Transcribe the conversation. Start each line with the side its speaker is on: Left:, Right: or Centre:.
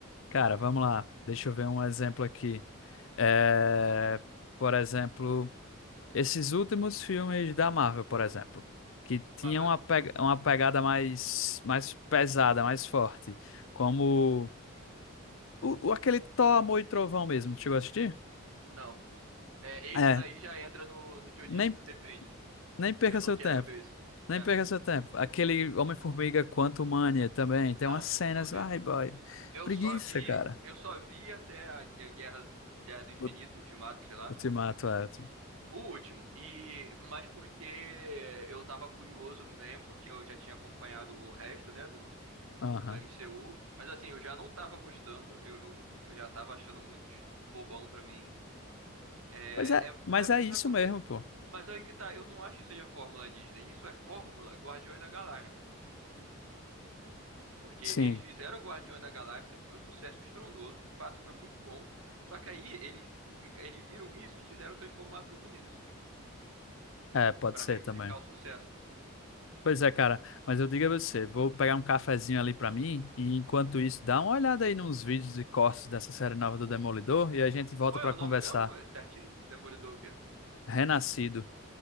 Left: Cara, vamos lá. Deixa eu ver um exemplo aqui. É, Por exemplo. Esses últimos filmes da Marvel, por exemplo, que tinham
Right: Mas eh,
Left: uma, pega- uma pegada mais, mais pesada, mais forte, como o, o- aquele Thor, Amor e Trovão mesmo, tu chegou a assistir?
Right: não. É, esses
Left: É,
Right: aí já entra no, no que eu
Left: nem,
Right: disse que depende.
Left: nem perca
Right: Eu não
Left: seu
Right: quero
Left: tempo,
Right: ver isso.
Left: nem
Right: É.
Left: perca seu tempo. Aquele Homem-Formiga Quantumania também, tem
Right: Não,
Left: umas cenas,
Right: não vê.
Left: ai boy,
Right: Eu
Left: preguiça,
Right: só vi,
Left: cara.
Right: eu só vi até a a Guerra, Guerra do Infinito,
Left: O
Right: Ultimato, sei lá.
Left: Ultimato, é. tu-
Right: O último. E mas porque eu tava curioso mesmo, porque eu já tinha acompanhado o resto, né, do,
Left: Aham.
Right: do MCU, mas assim, eu já não tava gostando, eu, eu já tava achando muito bobão pra mim. É,
Left: Pois é,
Right: é-
Left: mas
Right: sabe,
Left: é isso
Right: sabe por
Left: mesmo,
Right: quê?
Left: pô.
Right: Mas aí que tá, eu não acho que seja fórmula Disney. Isso é fórmula Guardiões da Galáxia. Porque
Left: Sim,
Right: eles fizeram Guardiões da Galáxia, foi um sucesso estrondoso, de fato foi muito bom. Só que aí eles, fica- eles viram isso e quiseram transformar tudo nisso,
Left: é, pode
Right: pra
Left: ser
Right: replicar
Left: também.
Right: o sucesso.
Left: Pois é, cara, mas eu digo a você, vou pegar um cafezinho ali pra mim e enquanto isso, dá uma olhada aí nos vídeos e cortes dessa série nova do Demolidor e a gente volta
Right: Qual
Left: pra
Right: é o
Left: conversar.
Right: nome mesmo? É certinho? Demolidor o quê?
Left: Renascido.